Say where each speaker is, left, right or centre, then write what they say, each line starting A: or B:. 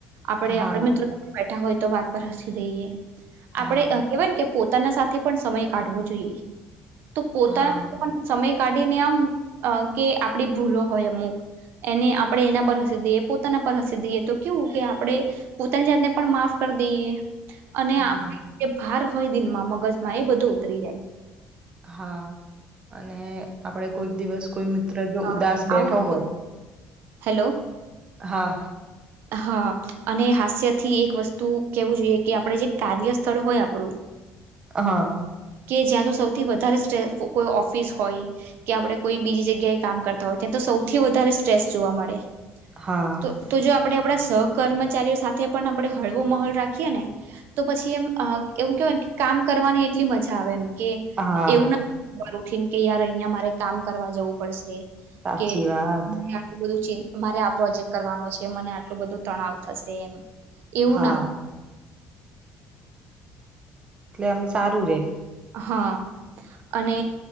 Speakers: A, on the right (about 60°); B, on the right (about 25°).
A: આપડ
B: હા
A: આપડ મિત્રો બેઠા હોય તો વાત પર હસી દઈએ આપડે
B: હા
A: કેવાય કે પોતાના સાથે પણ સમય કાઢવો જોઈએ તો પોતાના
B: હા
A: પણ સમય કાઢીને આમ કે આપડી ભૂલો હોય અમુક એને આપડણે એના પર હસી દઈએ પોતાના પર હસી દઈએ તો ક્યું કી આપણે પોતાની જાતને પણ માફ કરી દઈએ અને
B: હા
A: આપ બાર થય દિલમાં મગજમાં એ બધું ઉતરી જાય
B: હા અને આપડે કોઈક દિવસ કોઈ મિત્ર જો
A: અ
B: ઉદાસ બેઠો
A: આવું બધું
B: હોય
A: હેલો
B: હા
A: હા અને હાસ્ય થી એક વસ્તુ કેવું જોઈએ કે આપણે જે કાર્યસ્થળ હોય આપણું
B: હા
A: કે જ્યાં તો સૌથી વધારે સ કોઈ ઓફિસ હોય કે આપણે કોઈ બીજી જગ્યાએ કામ કરતા હોય ત્યા સૌથી વધારે સ્ટ્રેસ જોવા મળે
B: હા
A: જો આપ આપણે આપણા સહ કર્મચારીઓ સાથે પણ આપણે હળવો માહોલ રાખીએ ને તો પછી એમ એવું કે કામ કરવાની એ એટલી મજા આવે એમ કે
B: હા
A: એવું નથી ખબર ઉઠીને કે યાર અહિયાં મારે કામ કરવા જવું પડશે
B: સાચી
A: કે
B: વાત
A: આપડું બધું છે મારે આ પ્રોજેક્ટ કરવાનો છે મને આટલું બધું તણાવ થશે એમ એવું
B: હા
A: ના
B: એટલે આમ સારું રે
A: હા અને